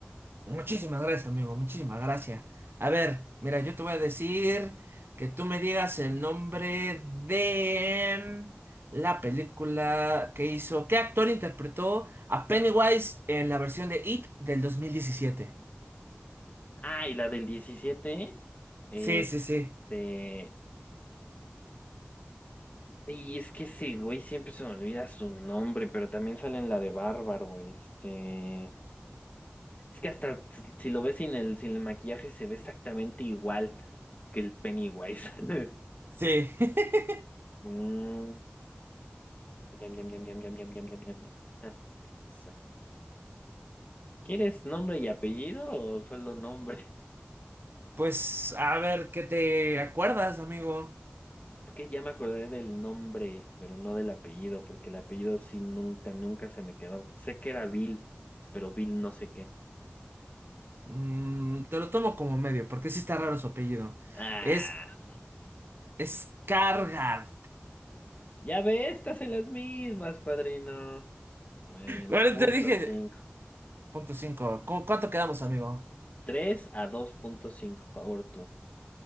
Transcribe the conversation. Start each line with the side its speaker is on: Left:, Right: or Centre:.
Right: muchísimas gracias, amigo, muchísimas gracias. A ver, mira, yo te voy a decir que tú me digas el nombre de la película que hizo, qué actor interpretó a Pennywise en la versión de It del 2017.
Left: Ah, y la del 17 este...
Right: Sí, sí, sí,
Left: Y es que ese güey siempre se me olvida su nombre, pero también sale en la de Bárbaro, este... Es que hasta si si lo ves sin el, sin el maquillaje se ve exactamente igual que el Pennywise. <laughs>
Right: sí. <laughs>
Left: Mm, miam, miam, miam, miam, miam, miam, miam, miam, miam, miam. déjame pensar. ¿Quieres nombre y apellido o solo nombre?
Right: Pues a ver, ¿qué te acuerdas, amigo?
Left: Es que ya me acordé del nombre, pero no del apellido, porque el apellido sí nunca, nunca se me quedó. Sé que era Bill, pero Bill no sé qué.
Right: Mm, te lo tomo como medio, porque sí está raro su apellido.
Left: Ah,
Right: Es Skargard.
Left: ya ve, estas en las mismas, padrino. Bueno,
Right: Bueno,
Left: punto
Right: te dije,
Left: cinco.
Right: punto cinco. ¿Cu- ¿Cuánto quedamos, amigo?
Left: Tres a dos punto cinco, favor tú.